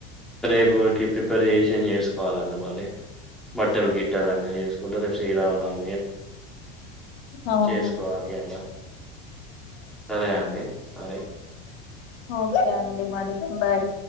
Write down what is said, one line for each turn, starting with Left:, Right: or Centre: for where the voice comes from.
Centre: రేపుకి ప్రిపేర్ చేసి ఏ చేసుకోవాలండి మరిబట్టలు గిట్టలు అన్నీ చేసుకుంటే రేపు సీరామ నవమి
Left: అవును
Centre: చేసుకోవాలి ఇగ మరి సరే అండి మరి
Left: ఒ సరెఅండి మరి బాయ్